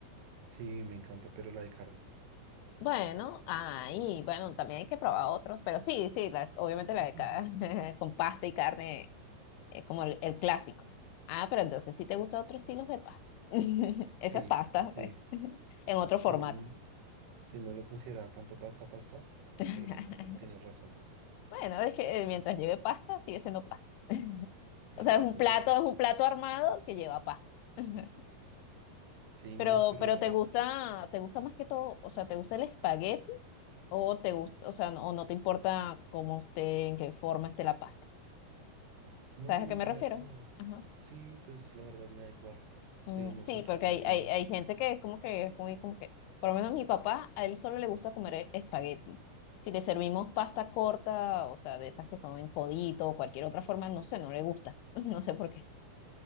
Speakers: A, on the right; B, on the left.
A: Sí, me encanta, pero la de carne.
B: Bueno, ahí, bueno, también hay que probar otros, pero sí, sí, la- obviamente la
A: <laughs>
B: de acá, <laughs> con pasta y carne eh, como el, el clásico. Ah, pero entonces sí te gustan otros estilos de pasta. <laughs> Esas
A: Sí,
B: pastas,
A: sí,
B: pues, <laughs> en otro
A: sí,
B: formato.
A: n- sí, no lo consideraba tanto pasta, pasta,
B: <laughs>
A: pero sí, tienes razón.
B: Bueno, es que eh, mientras lleve pasta, sigue siendo pasta. <laughs>
A: Bueno,
B: O sea,
A: eso
B: es un plato,
A: es verdad.
B: es un plato armado que lleva pasta. <laughs>
A: Sí,
B: Pero,
A: no, pero
B: pero te gusta, te gusta más que todo, o sea, ¿te gusta el espagueti o te gusta, o sea, no- o no te importa cómo esté, en qué forma esté la pasta?
A: no,
B: ¿Sabes
A: mi-
B: a qué me
A: mira
B: refiero?
A: que no.
B: Ajá.
A: Sí, pues la verdad me da igual.
B: Mm,
A: Seguimos
B: sí,
A: aquí
B: porque
A: también.
B: hay, hay, hay gente que es como que es muy como que, por lo menos mi papá, a él solo le gusta comer e- espagueti. Si le servimos pasta corta, o sea, de esas que son en codito o cualquier otra forma, no sé, no le gusta. <laughs> No sé por qué.